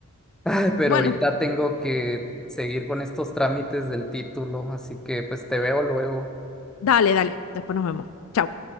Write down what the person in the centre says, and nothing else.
Ay, pero
ahorita tengo que seguir con estos trámites del título, así que pues te veo luego.